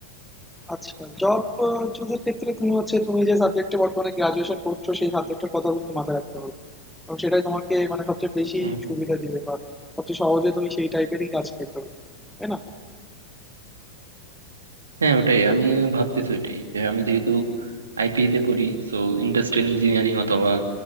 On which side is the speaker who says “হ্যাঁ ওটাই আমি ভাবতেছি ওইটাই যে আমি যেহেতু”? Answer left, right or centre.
Right